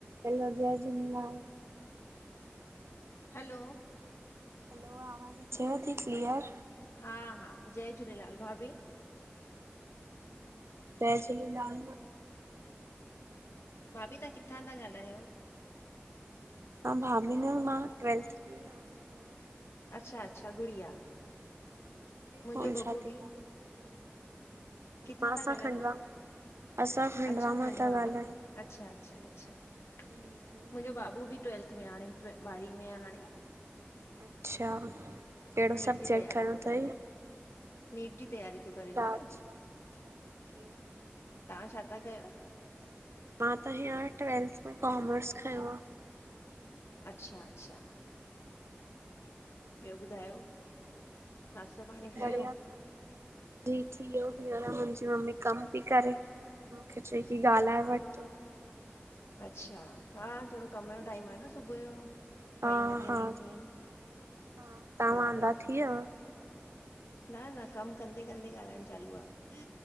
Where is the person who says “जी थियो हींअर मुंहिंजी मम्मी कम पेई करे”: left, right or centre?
Right